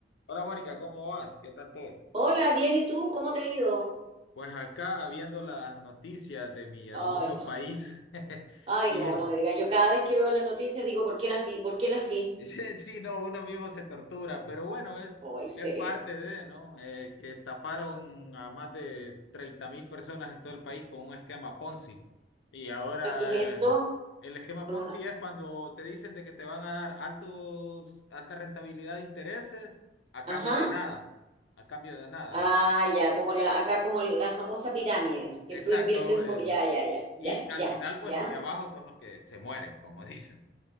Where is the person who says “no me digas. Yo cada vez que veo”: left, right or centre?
Right